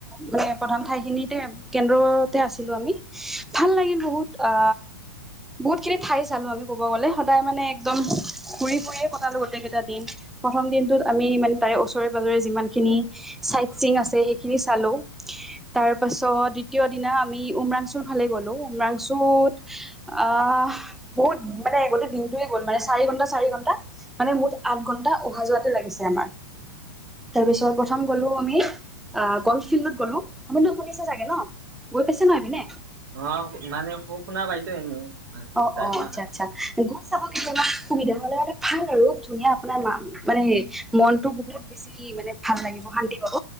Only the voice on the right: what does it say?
অ
অ মানে শু শুনা পাইছো এনেই মানে
যাই
পোৱা
নাই